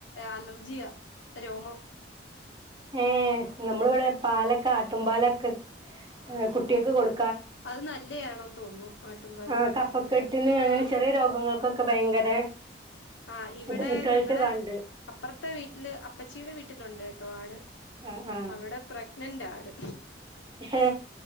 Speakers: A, on the left; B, on the right.
A: അലർജിയ രോമം
B: ഏഹ് നമ്മളിവിടെ പാലൊക്കെ ആട്ടുംപാലൊക്കെ കുട്ടികൾക്ക് കൊടു
A: അത് നല്ലയാണെന്ന് തോന്നുന്നു ആട്ടും പാല്
B: ആ കഫക്കെട്ടിന് അങ്ങനെ ചെറിയ രോഗങ്ങൾക്കൊക്കെ ഭയങ്കര
A: ആഹ് ഇവിടെ
B: ഇത് റിസൾട്ട്
A: ഞങ്ങടെ
B: കണ്ട്
A: അപ്പുറത്തെ വീട്ടില് അപ്പച്ചിയുടെ വീട്ടിലുണ്ട് കേട്ടോ ആട്
B: ആ ആ
A: അവടെ പ്രഗ്‌നന്റാ ആട്
B: ഹേ